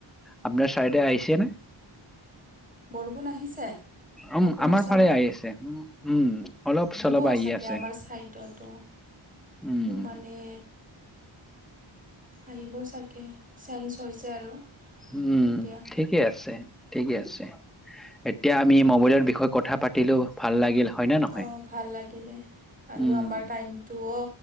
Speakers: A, in the centre; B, on the right.
A: আপোনাৰ। চাইডে আহিছে নে।
B: বৰষুণ আহিছে
A: উম,
B: আপোনাৰ
A: আমাৰ
B: ছাইডত
A: ফালেই আহি আছে উম, উম, অলপ চলপ।
B: বোৱ
A: আহি
B: চাগৈ
A: আছে
B: আমাৰ ছাইডতোটো
A: উম।
B: মানে। আহিবও চাগে চেঞ্চ হৈছে আৰু।
A: উম,
B: এতিয়া
A: ঠিক। ঠিকে আছে, ঠিকে আছে, এতিয়া আমি মবাইলৰ বিষয়ে কথা পাতিলো ভাল লাগিল। হয় নে নহয়?
B: অ' ভাল লাগিলে আৰু
A: উম,
B: আমাৰ টাইমটোও